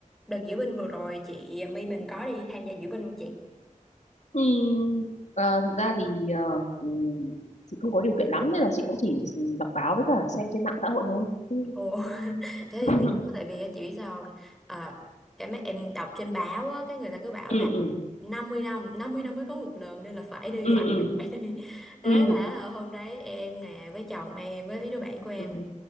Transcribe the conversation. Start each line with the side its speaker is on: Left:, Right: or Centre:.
Centre: Đợt diễu binh vừa rồi chị My mình có đi tham gia diễu binh không chị?
Left: Ừ, à, thực ra thì ờ, ừ, chị không có điều kiện lắm nên là chị cũng chỉ ừ, đọc báo với cả xem trên mạng xã hội thôi. Ừ.
Centre: Ồ, <laughs> thế thì
Left: <laughs>
Centre: tiếc quá, tại vì á, chị biết sao không? À, cái mấy em đọc trên báo á, cái người ta cứ bảo
Left: ừ
Centre: là
Left: ừ
Centre: 50 năm, 50 năm mới có một lần nên là phải đi,
Left: ừ
Centre: phải
Left: ừ
Centre: đi, phải đi.
Left: ừ
Centre: Thế là ở hôm đấy em nè, với chồng em, với mấy đứa bạn của em
Left: ừ
Centre: nữa,